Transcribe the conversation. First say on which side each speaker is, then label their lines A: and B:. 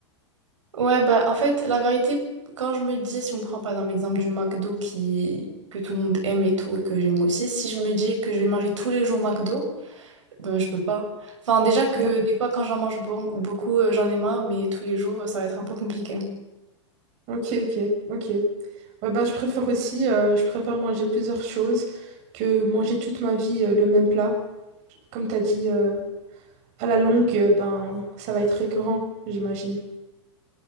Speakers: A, on the right; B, on the right.
A: Ouais, bah en fait, la vérité, quand je me dis, si on prend par exemple l'exemple du McDo qui... que tout le monde aime et tout, et que j'aime aussi, si je me dis que je vais manger tous les jours au McDo, ben je peux pas. Enfin, déjà que
B: D'ac-
A: des fois, quand j'en mange bon- beaucoup, euh, j'en ai marre, mais tous les jours, ça va être un peu compliqué.
B: Ok, ok, ok. Ouais, bah, je préfère aussi, euh, je préfère manger plusieurs choses que manger toute ma vie euh, le même plat. Comme tu as dit, euh, à la longue, euh, ben, ça va être récurrent, j'imagine.